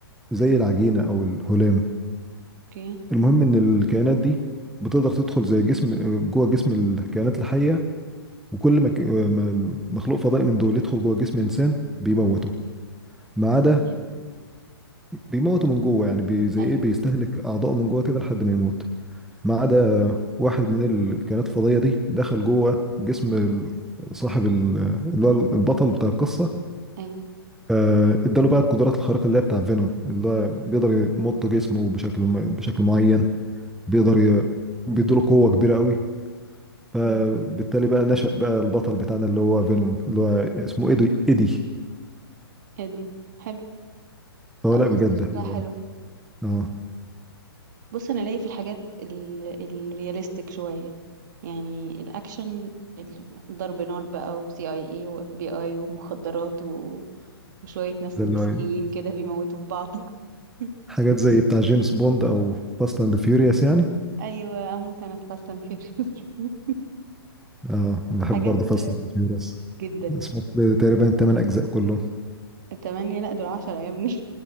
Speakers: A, in the centre; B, on the right (about 50°).
A: زي العجينة او الهلام
B: اوكي
A: المهم ان الكائنات دي بتقدر تدخل زي جسم آه، جوه جسم الكائنات الحية وكل ما ك- آه، ما مخلوق فضائي من دول يدخل جوه جسم انسان بيموته ما عدا
B: يعني
A: بيموتوا من جوه يعني بي زي
B: ايوه
A: ايه بيستهلك اعضائه من جوه كده لحد ما يموت ما عدا واحد من الكائنات الفضائيه دي دخل جوه جسم ال- صاحب ال- اللي هو البطل بتاع القصه
B: ايوه
A: آه، اداله بقى القدرات الخارقه اللي هي بتاع فينوم اللي هو بيقدر يمط جسمه بشكل م- بشكل معين بيقدر ي... بيديله قوه كبيره قوي فبالتالي
B: مم.
A: بقى نشأ بقى البطل بتاعنا اللي هو فينوم اللي هو اسمه ايدي ايدي
B: ادي حلو
A: فهو
B: لا
A: لا
B: قصة
A: بجد
B: شكلها
A: حلو
B: حلو
A: يعني اه
B: بص انا ليا في الحاجات ال... الرياليستيك شوية يعني الاكشن ال- ضرب نار بقى وسي اي اي واف بي اي ومخدرات و... وشوية ناس
A: ده
B: مكسيكيين
A: اللي هو
B: كده بيموتوا في بعض <laughs>
A: حاجات زي بتاع جيمس بوند او فاست اند فيوريوس يعني
B: ايوه اموت انا في فاست اند فيوريوس <laughs>
A: اه انا بحب
B: حاجات
A: برضه فاست اند فيوريوس
B: جدا
A: سمعت تقريبا الثمان اجزاء كلهم
B: التمانية لا دول عشرة يا ابني